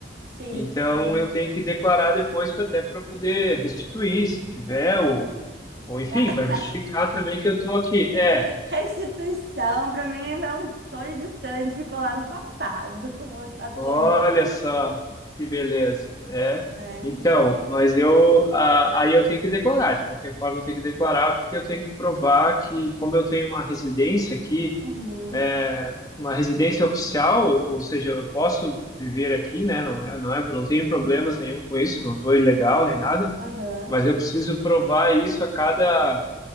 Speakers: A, on the right (about 60°); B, on the left (about 20°).
A: Sim,
B: Então
A: sim.
B: eu tenho que declarar depois pra- até para poder restituir, se tiver, ou, ou enfim,
A: Ah,
B: para justificar também que eu estou aqui. É,
A: <laughs> Restituição, para mim, é um sonho distante, ficou lá no passado, <laughs> atualmente.
B: olha só que beleza. É,
A: É.
B: então, mas eu ah, aí eu tenho que declarar, de qualquer forma eu tenho que declarar, porque eu tenho que provar que, como eu tenho uma residência aqui,
A: Uhum.
B: é, uma residência oficial, ou seja, eu posso viver aqui, né? Não é, não é, não tenho problemas nenhum com isso, não estou ilegal nem nada.
A: Aham.
B: mas eu preciso provar isso a cada